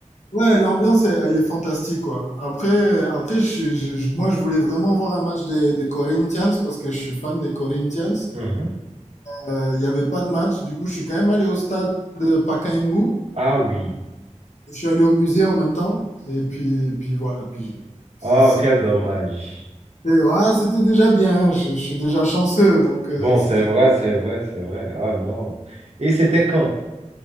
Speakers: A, on the left (about 70°); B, on the right (about 60°).
A: Ouais, l'ambiance, elle, elle est fantastique, quoi. Après, après je, suis- je- je- moi, je voulais vraiment voir un match des, des Corinthians parce que je suis fan des Corinthians.
B: Mhm.
A: Euh, Il n'y avait pas de match, du coup, je suis quand même allé au stade de Pacaembu.
B: Ah oui.
A: Je suis allé au musée en même temps. Et puis, puis voilà. Puis je-
B: Oh,
A: c'est-
B: quel dommage.
A: c'était ouais, c'était déjà bien. Je, je suis déjà chanceux. Donc euh,
B: Bon,
A: c'était.
B: c'est vrai, c'est vrai, c'est vrai. Ah non. Et c'était quand?